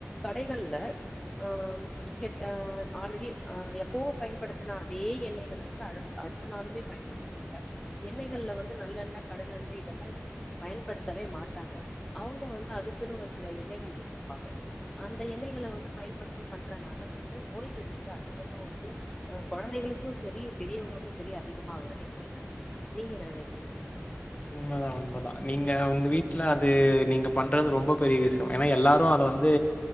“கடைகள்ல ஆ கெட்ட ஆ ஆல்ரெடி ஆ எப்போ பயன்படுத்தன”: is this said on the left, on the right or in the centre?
Left